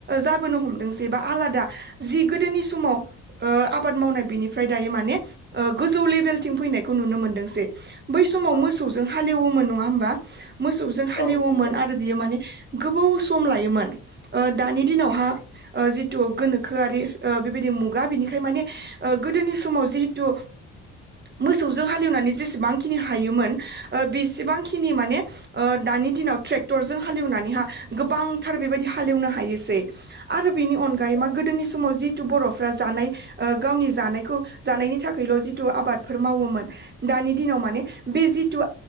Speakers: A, on the right; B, on the left.
A: जाबोनो हमदोंसै बा आलादा जि गोदोनि समाव ओ आबाद मावनाय बिनिफ्राय दायो माने गोजौ लेभेलथिं फैनायखौ नुनो मोनदोंसै। बै समाव
B: औ
A: मोसौजों हालेवोमोन नङा होमबा? मोसौजों हालेवोमोन
B: औ नंगौ
A: आरो बियो माने गोबाव स सम लायोमोन ओ दानि दिनावहा ओ जिथु गोनोखोआरि ओ बेबायदि मुगा बिनिखाय माने ओ गोदोनि समाव जिहेथु मोसौजों हालेवनानै जेसेबांखिनि हायोमोन ओ बेसेबांखिनि माने ओ दानि दिनाव ट्रेक्टरजों हालेवनानैहा गोबांथार बेबायदि हालेवनो हायोसै आरो बिनि अनगायै
B: औ
A: मा गोदोनि समाव जिथु बर'फ्रा जानाय ओ गावनि जानायखौ जानायनि थाखायल' जिथु आबादफोर मावोमोन दानि दिनाव माने बे जिथु